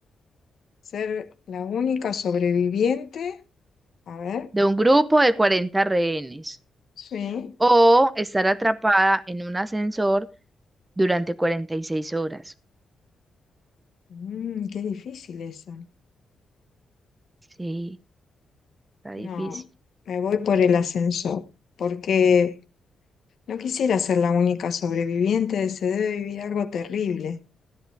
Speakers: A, on the left; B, on the right.
A: Ser la única sobreviviente. A ver,
B: De un grupo de 40 rehenes
A: sí.
B: o estar atrapada en un ascensor durante 46 horas.
A: Mm, qué difícil esa.
B: Sí, está difícil.
A: No, me voy por el ascensor, porque no quisiera ser la única sobreviviente, se debe vivir algo terrible.